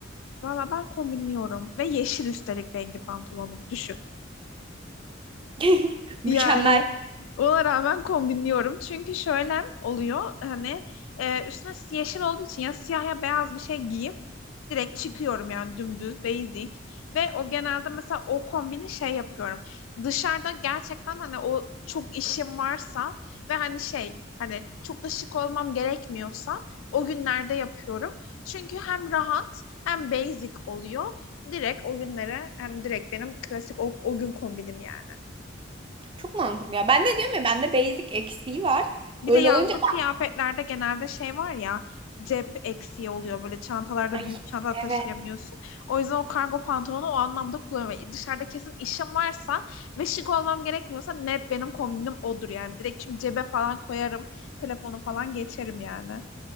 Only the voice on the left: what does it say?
Valla ben kombinliyorum. Ve yeşil üstelik rengi pantolonu. Düşün.
Yani ona rağmen kombinliyorum. Çünkü şöyle oluyor hani e, üstüne yeşil olduğu için ya siyah ya beyaz bir şey giyip direkt çıkıyorum yani dümdüz basic ve o genelde mesela o kombini şey yapıyorum. Dışarıda gerçekten hani o çok işim varsa ve hani şey hani çok da şık olmam gerekmiyorsa o günlerde yapıyorum. Çünkü hem rahat hem basic oluyor. Direkt o günlere hani direkt benim klasik o, o gün kombinim yani.
Bir
de yazlık
kıyafetlerde genelde şey var ya cep eksiği oluyor böyle çantalarda
büyük çanta taşıyamıyorsun.
O yüzden o kargo pantolonu o anlamda kullanıyorum. Yani Dışarıda kesin işim varsa ve şık olmam gerekmiyorsa net benim kombinim odur yani. Direkt çünkü cebe falan koyarım telefonu falan geçerim yani.